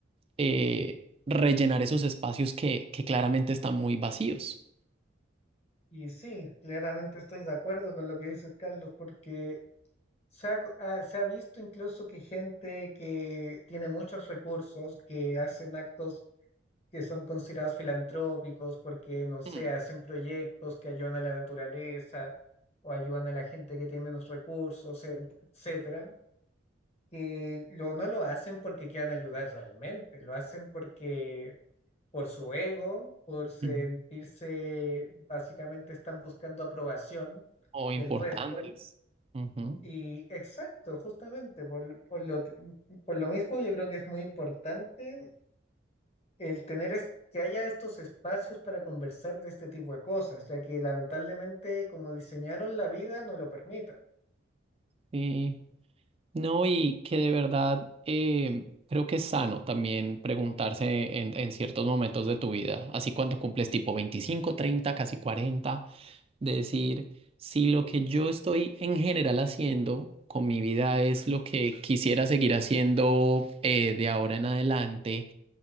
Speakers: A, on the right; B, on the left.
A: eh, rellenar esos espacios que, que claramente están muy vacíos
B: Y sí, claramente estoy de acuerdo con lo que dices, Carlos, porque se ha, co- ha- se ha visto incluso que gente que tiene muchos recursos, que hacen actos que son considerados filantrópicos, porque, no sé,
A: Mm.
B: hacen proyectos que ayudan a la naturaleza o ayudan a la gente que tiene menos recursos, e- etcétera que lo, no lo hacen porque quieran ayudar realmente, lo hacen porque por su ego, por sentirse,
A: Mm.
B: básicamente están buscando aprobación
A: o importantes.
B: del resto.
A: Ujú,
B: Y exacto, justamente, por, por lo, por lo mismo yo creo que es muy importante el tener es, que haya estos espacios para conversar de este tipo de cosas, ya que lamentablemente como diseñaron la vida no lo permiten.
A: Sí. No, y que de verdad eh, creo que es sano también preguntarse en, en ciertos momentos de tu vida, así cuando cumples tipo veinticinco treinta casi cuarenta de decir si lo que yo estoy en general haciendo con mi vida es lo que quisiera seguir haciendo eh, de ahora en adelante,